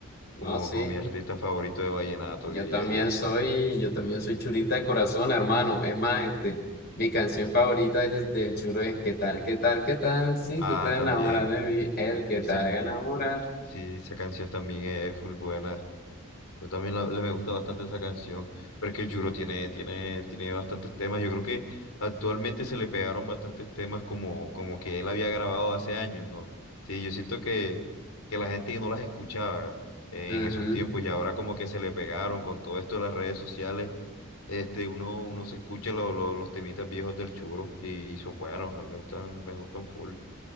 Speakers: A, on the left; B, on the left.
A: no,
B: como,
A: sí.
B: como mi artista favorito de vallenato,
A: Yo
B: diría
A: también
B: yo.
A: soy, yo también soy churita de corazón, hermano. Es más, este, mi canción favorita es del churo es ¿Qué tal, qué tal, qué tal? Si
B: Ah,
A: tú te enamoras
B: también.
A: de mí, el que
B: Exacto.
A: te haga enamorar.
B: Sí, esa canción también e-, es full buena. Yo también la, la- me gusta bastante esa canción. Pero es que el Juro tiene, tiene, tiene bastantes temas. Yo creo que actualmente se le pegaron bastantes temas como, como que él había grabado hace años, ¿no? Sí, yo siento que, que la gente no las escuchaba en
A: Ujú.
B: esos tiempos y ahora como que se le pegaron con todo esto de las redes sociales. Este, uno, uno se escucha lo- lo- los temitas viejos del Churo y, y son buenos, a mí me gustan, me gustan full.